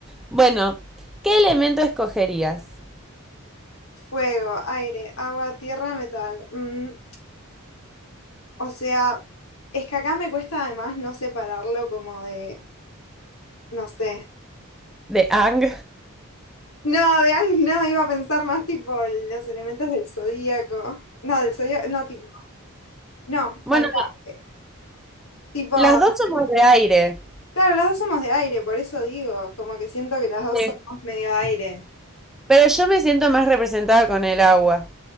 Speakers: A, in the centre; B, on the left (about 80°).
A: Bueno, ¿qué elemento escogerías?
B: Fuego, aire, agua, tierra, metal. Mm, o sea, es que acá me cuesta además no separarlo como de, no sé.
A: De Ang.
B: No, de Ang, no, iba a pensar más tipo los elementos del zodíaco. No, del zodíaco, no, tipo, no,
A: Bueno,
B: banca. eh, Tipo,
A: las dos somos de aire.
B: Claro, las dos somos de aire, por eso digo, como que siento que las dos
A: Sí.
B: somos medio aire.
A: Pero yo me siento más representada con el agua.